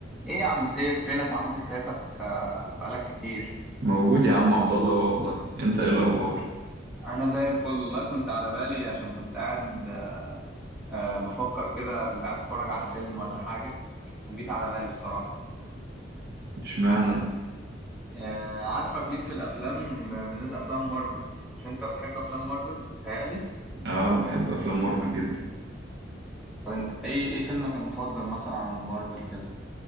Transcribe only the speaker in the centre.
ايه يا عم سيف فينك محدش شايفك آه، بقالك كتير
انا زي الفل والله كنت على بالي عشان كنت قاعد آه، بفكر كده كنت عايز اتفرج على فيلم ولا حاجة وجيت على بالي الصراحة
آه، عارفك ليك في الافلام آه، بالذات افلام مارفل مش انت بتحب افلام مارفل بتهيألي
طب انت ايه ايه فيلمك المفضل مثلا عند مارفل كده